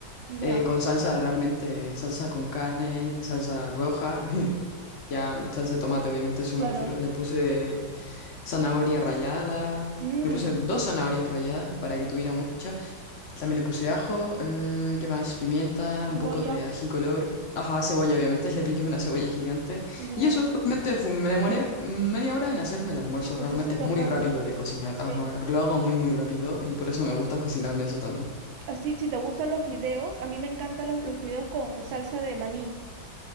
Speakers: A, on the right (about 75°); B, on the left (about 50°).
A: Ya,
B: Eh, con salsa realmente, salsa con carne, salsa roja, <laughs> ya salsa de tomate, obviamente a eso
A: claro.
B: me refiero. Le puse zanahoria rallada,
A: Mm,
B: le puse dos zanahorias ralladas para que tuviera mucha. También le puse ajo, eh, ¿qué más? Pimienta, un
A: cebolla.
B: poco de ají color. Ajá, cebolla, obviamente, <laughs> le piqué una cebolla gigante.
A: Ya.
B: Y eso, realmente fue- me demoré media hora en hacerme el almuerzo.
A: Sí, pues
B: Realmente
A: es súper
B: es muy
A: rápido.
B: rápido de cocinar.
A: Sí.
B: Ajá, lo hago muy, muy rápido y por eso me gusta cocinarme eso también.
A: Así, si te gustan los fideos, a mí me encantan los, los fideos con salsa de maní,